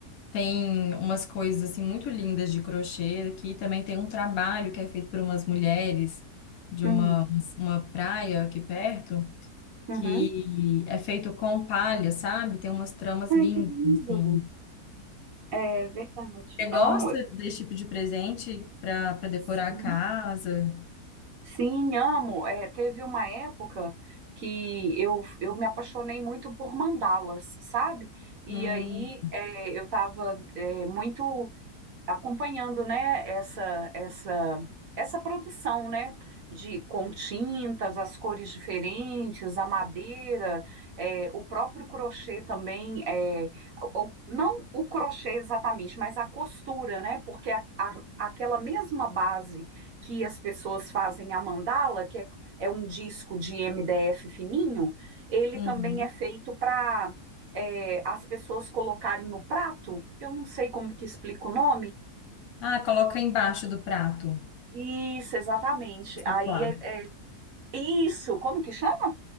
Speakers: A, on the left; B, on the right.
A: tem umas coisas assim muito lindas de crochê aqui, também tem um trabalho que é feito por umas mulheres de
B: Hum,
A: uma, uma praia aqui perto,
B: uhum.
A: que é feito com palha, sabe? Tem umas tramas
B: Ai,
A: lindas,
B: que lindo!
A: assim.
B: É verdade.
A: Você gosta
B: Amo.
A: desse tipo de presente para para decorar
B: Sim,
A: a casa?
B: sim, amo. É, teve uma época que eu, eu me apaixonei muito por mandalas, sabe? E
A: Hum,
B: aí é, eu estava muito acompanhando, né, essa essa essa produção, né, de com tintas, as cores diferentes, a madeira, é, o próprio crochê também, é, o- não o crochê exatamente, mas a costura, né, porque a- a- aquela mesma base que as pessoas fazem a mandala, que é, é um disco de MDF fininho, ele
A: uhum.
B: também é feito para as pessoas colocarem no prato, eu não sei como que explica o nome,
A: Ah, coloca embaixo do prato.
B: isso, exatamente.
A: Suplá.
B: Aí é, é- isso, como que chama?